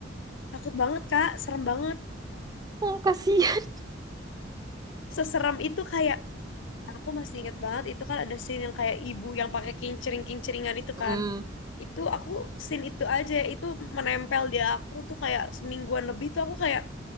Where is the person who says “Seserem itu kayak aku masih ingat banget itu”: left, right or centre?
Left